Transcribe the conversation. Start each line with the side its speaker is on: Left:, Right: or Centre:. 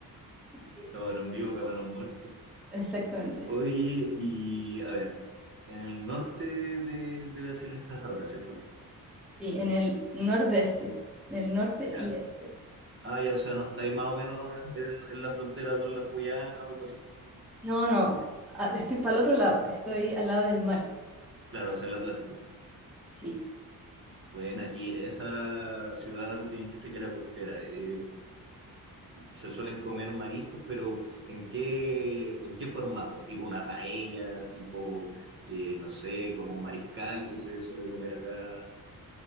Centre: Sí,
Right: Camarón vivo, camarón muerto.
Centre: Exactamente,
Right: Oye, y a ver, en el norte de, de Brasil estás ahora, ¿cierto?
Centre: sí, en el nordeste, en el norte
Right: Ya.
Centre: y este.
Right: Ah, ya, o sea, no estáis más o menos en, en la frontera con las Guyanas o algo así.
Centre: No, no, a- estoy para el otro lado, estoy al lado del mar,
Right: Claro, hacia el Atlántico.
Centre: sí.
Right: Buena, y esa ciudad me dijiste que era costera. eh, se suelen comer mariscos, pero ¿en qué, en qué formato? ¿Tipo una paella? ¿Tipo, eh, no sé, como un mariscal que se suele comer acá?